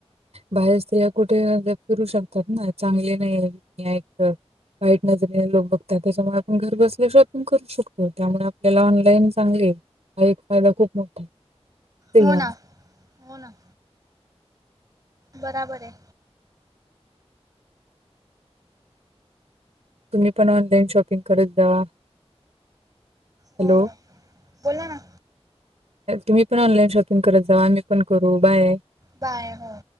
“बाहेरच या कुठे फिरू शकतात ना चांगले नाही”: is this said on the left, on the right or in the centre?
Right